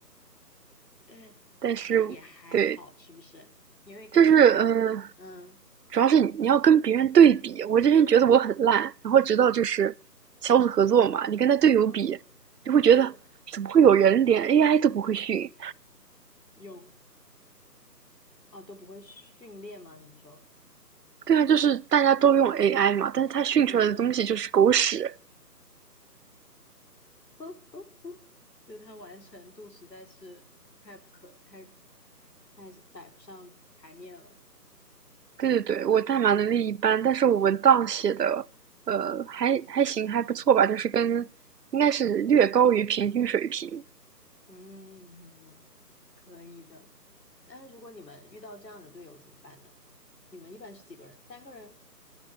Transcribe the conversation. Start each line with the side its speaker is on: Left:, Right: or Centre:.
Left: 但但也还好，
Right: 但是，对，
Left: 是不是？因为感觉，
Right: 就是嗯、呃
Left: 嗯，
Right: 主要是你你要跟别人对比。
Left: 你说，
Right: 我之前觉得我很烂，然后直到就是小组合作嘛，你跟他队友比，
Left: 嗯
Right: 就会觉得怎么会有人连
Left: 嗯，
Right: AI 都不会训？
Left: 泳哦都不会训练吗？你是说，
Right: 对啊，就是大家都用 AI 嘛，但是他训出来的东西就是狗屎。
Left: 嗯嗯嗯，嗯 <laughs>，就他完成度实在是太不可太太是摆不上台面了。
Right: 对对对，我代码能力一般，但是我文档写的，呃，还还行，还不错吧，就是跟应该是略高于平均水平。
Left: 嗯嗯，可以的。那如果你们遇到这样的队友怎么办呢？你们一般是几个人？三个人？